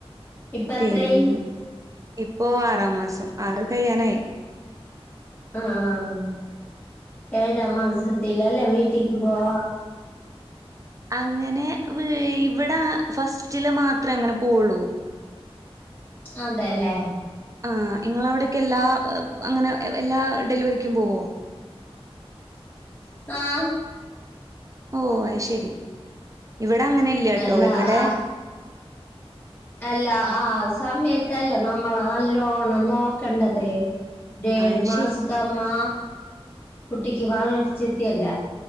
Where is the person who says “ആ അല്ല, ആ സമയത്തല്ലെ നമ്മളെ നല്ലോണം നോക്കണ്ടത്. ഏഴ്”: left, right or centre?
Left